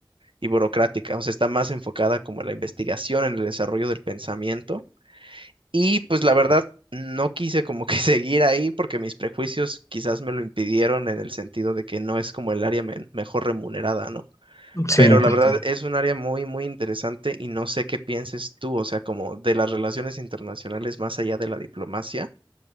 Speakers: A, on the right; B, on the left.
A: y burocrática, o sea, está más enfocada como en la investigación, en el desarrollo del pensamiento y pues la verdad, no quise como que <laughs> seguir ahí porque mis prejuicios quizás me lo impidieron en el sentido de que no es como el área men- mejor remunerada, ¿no?
B: Sí,
A: Pero
B: te entiendo.
A: la verdad es un área muy, muy interesante y no sé qué pienses tú, o sea, como de las relaciones internacionales más allá de la diplomacia,